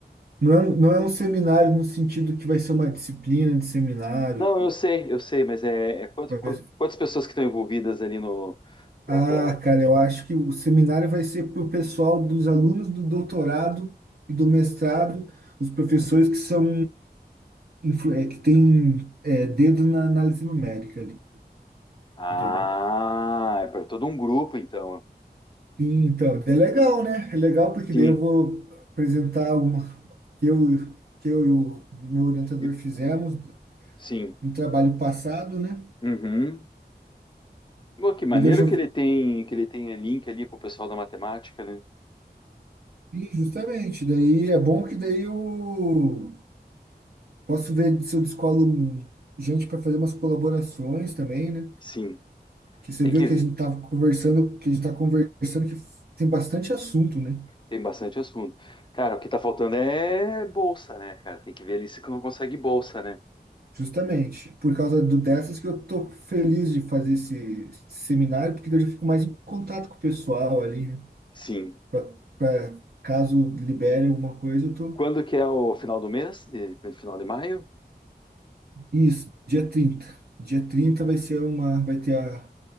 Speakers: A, on the right; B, on the left.
A: Não é, um- não é um seminário no sentido que vai ser uma disciplina de seminário.
B: Não, eu sei, eu sei, mas é, é quanto-
A: Vai-
B: qu- quantas pessoas que estão envolvidas ali no. Pra,
A: Ah,
B: pra...
A: cara, eu acho que o seminário vai ser para o pessoal dos alunos do doutorado e do mestrado, os professores que são influ- é, que tem é, dedo na análise numérica ali,
B: Ah,
A: entendeu?
B: é para todo um grupo, então.
A: E, então, é legal, né? É legal porque
B: Sim,
A: daí eu vou apresentar alguma que eu, que eu e o meu orientador
B: e-
A: fizemos
B: sim.
A: no trabalho passado, né?
B: Uhum. Pô, que maneiro
A: E daí eu já,
B: que ele tem que ele tem link ali com o pessoal da matemática, né?
A: e justamente, daí é bom que daí eu posso ver se eu descolo um- gente para fazer umas colaborações também, né?
B: Sim,
A: Que você
B: tem
A: viu
B: que
A: que a gente tava conversando, que a gente tá conversando que tem bastante assunto, né?
B: tem bastante assunto. Cara, o que tá faltando é bolsa, né, cara? Tem que ver ali se não consegue bolsa, né?
A: Justamente, por causa do, dessas que eu tô feliz de fazer esse, esse seminário, porque daí eu já fico mais em contato com o pessoal ali, né?
B: Sim.
A: Pra, pra caso libere alguma coisa, eu tô.
B: Quando que é o final do mês? De, final de maio?
A: Isso, dia trinta Dia trinta vai ser uma, vai ter a,